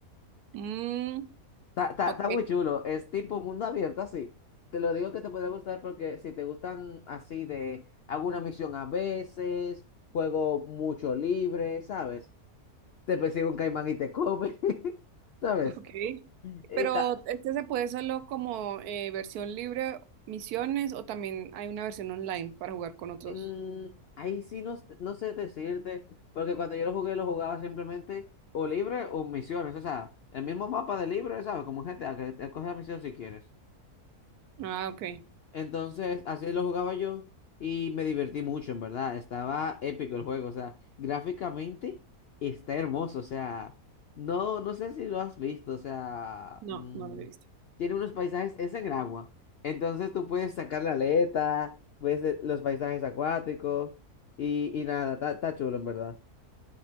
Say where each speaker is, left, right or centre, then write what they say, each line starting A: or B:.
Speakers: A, on the right (about 80°); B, on the left (about 75°).
A: Mm,
B: Está, está-
A: ok,
B: está muy chulo. Es tipo mundo abierto, así. Te lo digo que te podría gustar porque si te gustan así de hago una misión a veces, juego mucho libre, ¿sabes? Te persigue un caimán y te come, <laughs> ¿sabes?
A: ok.
B: Y
A: Pero
B: ta-
A: este se puede solo como eh, versión libre, misiones, o también hay una versión online para jugar con otros.
B: Mm, ahí sí no, no sé decirte, porque cuando yo lo jugué, lo jugaba simplemente o libre o misiones, o sea, el mismo mapa de libre, ¿sabes? Como en G T a que te escoges la misión si quieres.
A: Ah, ok.
B: Entonces, así lo jugaba yo y me divertí mucho, en verdad. Estaba épico el juego, o sea, gráficamente está hermoso, o sea, no, no sé si lo has visto, o sea,
A: No,
B: mm,
A: no lo he visto.
B: tiene unos paisajes, es en el agua. Entonces tú puedes sacar la aleta, ves eh, los paisajes acuáticos y, y nada, está está chulo, en verdad.